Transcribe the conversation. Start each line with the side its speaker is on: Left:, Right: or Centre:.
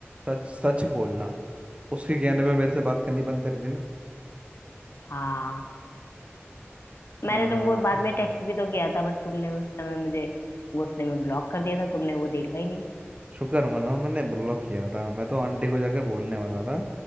Right: सच सच बोलना उसके कहने पे मेरे से बात करनी बंद करी थी
Left: हाँ
Right: ना
Left: मैंने तुमको बाद में टेक्स्ट भी तो किया था बट तुमने उस समय मुझे गुस्से में ब्लॉक कर दिया था तुमने वो देखा ही नहीं
Right: शुक्र मनाओ मैंने ब्लॉक किया था मैं तो आंटी को जाके बोलने वाला था